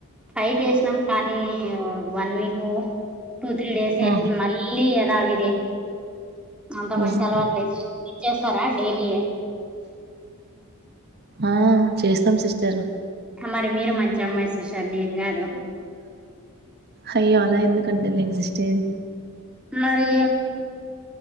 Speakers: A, in the centre; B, on the right (about 45°).
A: ట్రై జేస్నాం కానీ వన్ వీకు టూ త్రీ డేసే
B: ఆ
A: మళ్ళీ ఏదవిదే అంత మంచి
B: ఓహో
A: అలవాట్ లే సి చేస్తారా డైలీ ఎ
B: ఆ చేస్తాం సిస్టర్
A: అ మరి మీరు మంచి అమ్మాయ్ సిస్టర్ నేన్ గాదు
B: అయ్యో అలా ఎందుకంటన్లే సిస్టర్
A: మరి